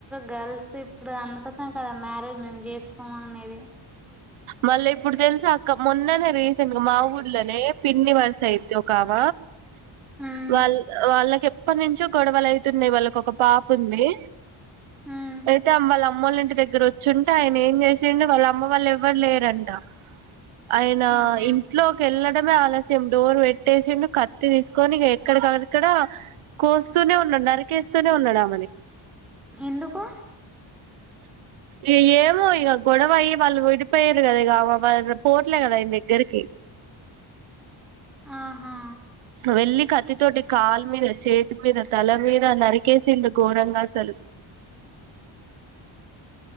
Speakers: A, in the centre; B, on the right.
A: గర్ల్స్ ఇప్పుడు అందుకోసమే కదా మ్యారేజ్ మేము చేసుకోము అనేది
B: మళ్ళీ ఇప్పుడు తెలుస అక్క మొన్ననే రీసెంట్ గా మా ఊర్లోనే పిన్ని వరుస అయితది ఒకామ
A: ఉమ్
B: వాళ్ళు వాళ్ళ ఎప్పటి నుంచో గొడవలు అయితున్నాయి వాళ్ళకి ఒక పాప ఉంది
A: ఉమ్
B: అయితే అమ్మ వాళ్ళ అమ్మల ఇంటి దగ్గర వచ్చుంటే ఆయన ఏం చేసిడి వాళ్ళ అమ్మ వాళ్ళ ఎవ్వరు లేరంట ఆయన
A: ఆహా
B: ఇంట్లోకి వెళ్ళ ఆలస్యం డోర్ పెట్టేసిండు కత్తి తీసుకొని ఎక్కడికక్కడ కోస్తూనే ఉన్నా నరికేస్తూనే ఉన్నాడామని
A: ఎందుకు
B: ఇగా ఏమో ఇగా గొడవయ్యి వాళ్ళు విడిపోయారు కదా ఇగా వాళ్ళ పోట్లే కదా ఆయన దగ్గరికి
A: ఆహా
B: వెళ్లి కత్తితోటి కాలు మీద, చేతి మీద, తల మీద నరికేసిండు ఘోరంగా అసలు